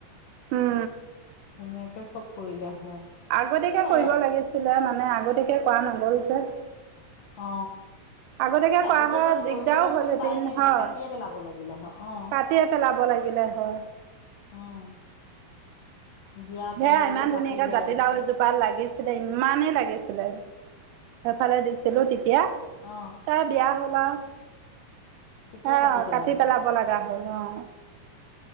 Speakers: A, on the right (about 80°); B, on the left (about 70°).
A: আৰু
B: ধুনীয়াকে চব কৰিলে হয়।
A: আগতীয়াকে
B: অ
A: কৰিব
B: এ
A: লাগিছিলে। মানে আগতীয়াকে কৰা নহ'ল যে।
B: অ।
A: আগতীয়াকৈ
B: সি আগতীয়াকে
A: কৰা হয় দিগদাৰো
B: কৰিবলে
A: হ'লহেঁতেন
B: চোন টাইমেই
A: হয়
B: নাই। কাটিয়ে পেলাব লাগিলে হয়। অ '
A: কাটিয়ে পেলাব লাগিলে হয়।
B: অ' বিয়া
A: সেয়া
B: পেণ্ডেলটো
A: ইমান
B: তাতেই
A: ধুনীয়াকৈ
B: দিয়া
A: জাতিলাও
B: গৈছে।
A: এজোপা লাগিছিলে ইমানেই লাগিছিলে। সেইফালে দিছিলো তেতিয়া।
B: অ।
A: তাই বিয়া হ'ল আও।
B: তেতিয়াই
A: অ
B: পেলালে
A: কাটি পেলাব লগা হ'ল অ।